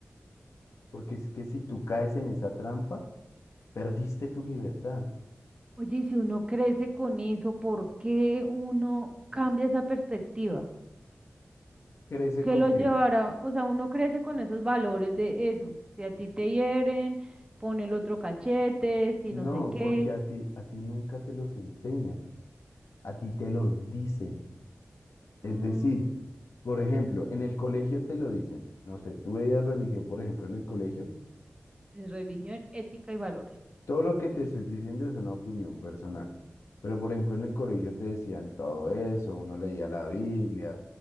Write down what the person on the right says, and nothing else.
Oye, y si uno crece con eso, ¿por qué uno cambia esa perspectiva?
¿Qué
lo
llevará? O sea, uno crece con esos valores de eso. Si a ti te hieren, pone el otro cachete, si
no sé qué.
Ah,
en religión, ética y valores.